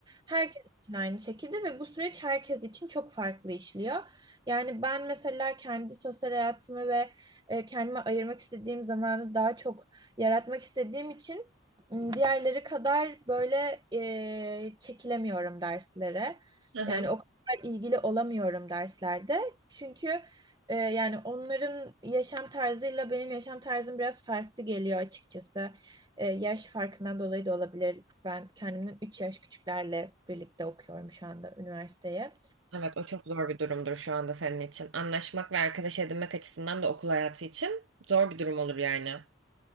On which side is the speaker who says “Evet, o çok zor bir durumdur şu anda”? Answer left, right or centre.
Right